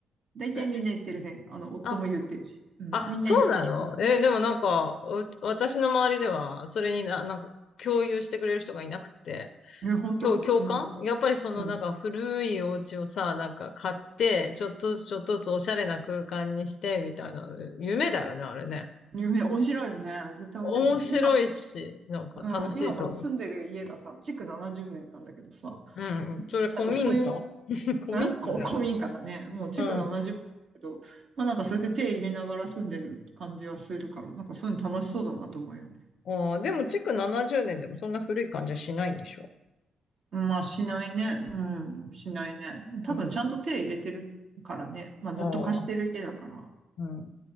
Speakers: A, on the right; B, on the left.
A: 大体みんな言ってるね。
B: え
A: あの、夫も言ってるし。
B: あ、
A: うん、
B: あ、
A: みんな言う。
B: そうなのえ、でもなんか、う私の周りでは、それにな、なんか、共有してくれる人がいなくて、
A: え、本当うん。
B: 共、共感やっぱりそのなんか古いお家をさ、
A: うん
B: なんか買って、ちょっとずつちょっとずつおしゃれな空間にして、みたいな、夢だよね、あれね。
A: 夢、面白いよね。絶対面白いよね。
B: 面白いし、なんか楽しいと思う。
A: 今、うん、今この住んでる家がさ、築70年なんだけどさ、
B: うんうん。それ古民家
A: なんかそういう、ん
B: <laughs> 古民家ではない。
A: こ古民家だね。もう築70年だけど、
B: うん。
A: まあなんかそうやって手入れながら住んでる感じはするから、なんかそういうの楽しそうだなと思うよね。
B: ああ、でも、築70年でもそんな古い感じはしないんでしょ。
A: まあしないね。うん、しないね。多分ちゃんと手入れてるからね。
B: うん。
A: まあずっと貸してる家だから。
B: ああ、うん。